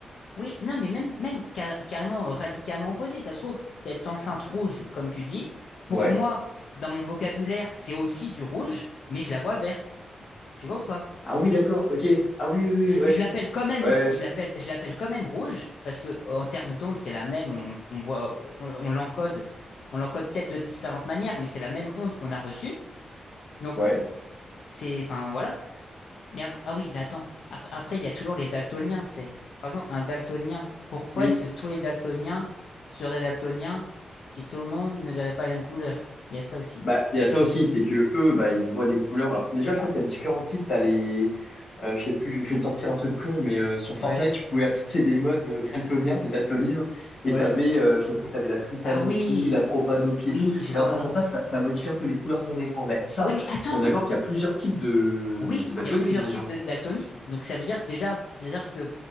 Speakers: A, on the left; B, on the left.
A: Oui, non, mais même, même ca- carrément euh, radicalement opposé. Ça se trouve, cette enceinte rouge, comme tu dis, pour
B: Ouais.
A: moi, dans mon vocabulaire, c'est aussi du rouge, mais je la vois verte. Tu vois ou pas?
B: Ah oui,
A: C'est,
B: d'accord, ok. Ah oui, oui,
A: je,
B: oui, ouais.
A: je l'appelle quand même,
B: Ouais,
A: je l'appelle, je l'appelle quand même rouge parce que euh, en termes d'onde, c'est la même. On, on voit, on, on l'encode, on l'encode peut-être de différentes manières, mais c'est la même onde qu'on a reçue. Donc
B: ouais,
A: c'est, enfin voilà, Mais après, ah oui, mais attends. Après, après, il y a toujours les daltoniens, tu sais. Par exemple, un daltonien. Pourquoi
B: oui.
A: est-ce que tous les daltoniens seraient daltoniens si tout le monde ne verrait pas la même couleur? Il y a ça aussi.
B: Bah, il y a ça aussi, c'est que eux, bah, ils voient des couleurs. Alors, déjà, je crois qu'il y a différents types. T'as les, euh, je sais plus, je je vais te sortir un truc con, mais euh, sur Fortnite,
A: Ouais,
B: tu pouvais appliquer des modes euh, daltoniens, de daltonisme, et
A: ouais.
B: t'avais, euh, je sais plus, t'avais la tritanopie,
A: Ah oui,
B: la propanopie et
A: oui,
B: tout.
A: je
B: Et
A: vois.
B: en fonction de ça, ça, ça modifie un peu les couleurs de ton écran. Ben, ça,
A: Oui, mais attends.
B: on est d'accord qu'il y a plusieurs types de,
A: Oui,
B: de daltonisme
A: il y a plusieurs
B: déjà.
A: types de daltonisme. Donc ça veut dire que déjà, c'est-à-dire que